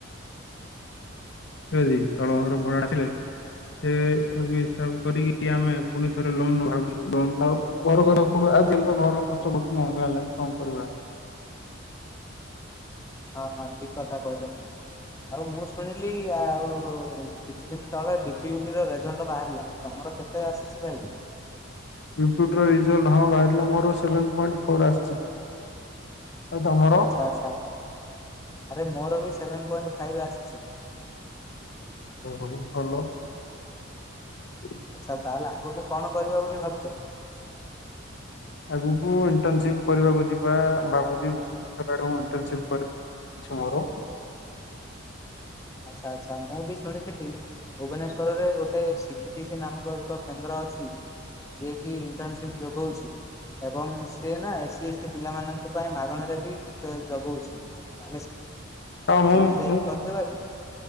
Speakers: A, on the left; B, on the left.
A: ତଳର
B: ଆଚ୍ଛା ଆଚ୍ଛା
A: ଭୁଟା ଥିଲା ସେ ତା ହିସାବ କରିକି କିଏ ଆମେ ଫୁଣି ଥରେ ଲୋନ ନେବୁ ଭାବିଛୁ ଲୋନଉ ଘର ଘର ପଡୁ ଆଉ ଯେମିତି ଘର ଖର୍ଚ୍ଚ ବହୁତ ମଙ୍ଗା ହେଲାଣି କଣ କରିବା।
B: ହଁ ହଁ ଠିକ କଥା କହିଲ ଭାଇ। ଆଉ ମୁଁ ଶୁଣିଲି ଆଉ କିଛି ଦିନ ତଳେ ବିପିୟଟି ର ରେଜଲ୍ଟ ବାହାରିଲା। ତମର କେତେ ଆସିଛି ଭାଇ?
A: ରିପ୍ୟୁଟର ରିଜଲ୍ଟ ହଁ ବାହାରିଲା ମୋର ସେଭେନ୍ ପଏଣ୍ଟ ଫୋର୍ ଆସିଛି। ଆଉ ତମର?
B: ଆଚ୍ଛା ଆଚ୍ଛା ଆରେ ମୋର ବି ସେଭେନ୍ ପଏଣ୍ଟ ଫାଇଭ୍ ଆସିଛି।
A: ହୋଉ ଭଲ। ହଁ
B: ଆଚ୍ଛା ତାହେଲେ ଆଗକୁ କଣ କରିବ ବୋଲି ଭାବୁଛ?
A: ଆଗକୁ ଇଣ୍ଟର୍ନସିପ୍ କରିବାକୁ ଯିବା ଭାବୁଛି ଭୁବନେଶ୍ୱର ଆଡକୁ ଇଣ୍ଟସି କରିବାର। ମର
B: ଆଚ୍ଛା ଆଚ୍ଛା ମୁଁ ବି ଶୁଣିଥିଲି। ଭୁବନେଶ୍ଵରରେ ଗୋଟେ ସି ଟି ସି ନାମକ ଏକ କେନ୍ଦ୍ର ଅଛି। ଯିଏ କି ଇଣ୍ଟର୍ନସିପ ଯୋଗଉଛି ଏବଂ ସେ ନା ଏସ ସ ଟି ଟି ପିଲାମାନଙ୍କ ପାଇଁ ମାଗଣାାରେ ବି ଜଗଉଛି ତାହେଲେ।
A: ଆଉ ମୁଁ
B: ସେଇଠି ଯାଇକି
A: ମୁଁ
B: କରିଦବା କି?